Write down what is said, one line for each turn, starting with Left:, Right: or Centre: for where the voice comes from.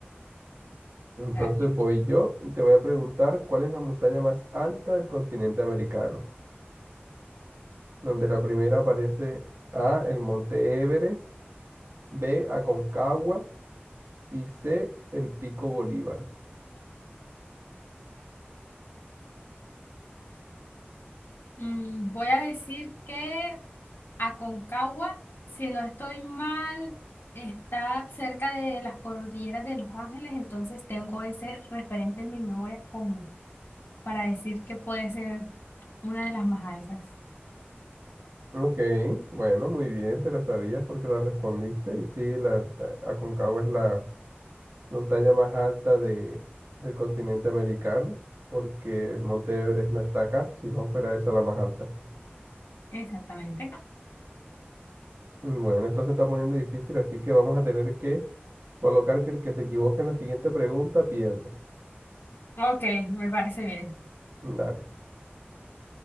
Right: Entonces
Left: dale.
Right: voy yo y te voy a preguntar cuál es la montaña más alta del continente americano, donde la primera aparece A, el Monte Everest, B, Aconcagua y C, el Pico Bolívar.
Left: Mm, voy a decir que Aconcagua, si no estoy mal, está cerca de las cordilleras de Los Ángeles, entonces tengo ese referente en mi memoria común para decir que puede ser una de las más altas.
Right: Ok, bueno, muy bien, te la sabías porque la respondiste y sí, la, la Aconcagua es la montaña más alta de, del continente americano, porque el Monte Everest no está acá, si no fuera esa la más alta.
Left: Exactamente.
Right: Mm, Bueno, esto se está poniendo difícil, así que vamos a tener que colocar que el que se equivoque en la siguiente pregunta pierde.
Left: Ok, me parece bien.
Right: Dale,